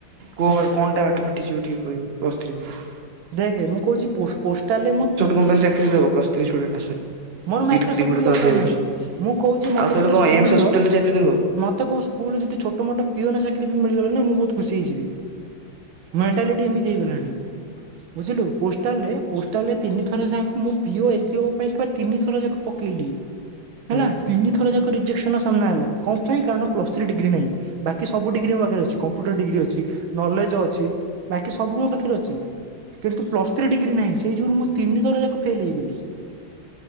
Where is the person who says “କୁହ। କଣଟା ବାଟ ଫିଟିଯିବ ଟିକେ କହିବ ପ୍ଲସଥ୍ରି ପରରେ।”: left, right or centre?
Right